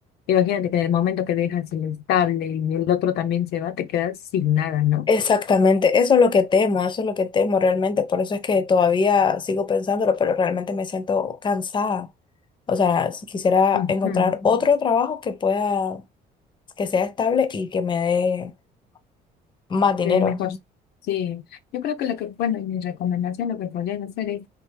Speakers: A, on the left; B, on the left.
A: imagínate que en el momento que dejas el estable y el otro también se va, te quedas sin nada, ¿no?
B: Exactamente, eso es lo que temo, eso es lo que temo realmente, por eso es que todavía sigo pensándolo, pero realmente me siento cansada. O sea, si quisiera
A: Ujú.
B: encontrar otro trabajo que pueda, que sea estable y que me dé más dinero.
A: se ve mejor. Sí, yo creo que lo que, bueno, y mi recomendación, lo que podrías hacer es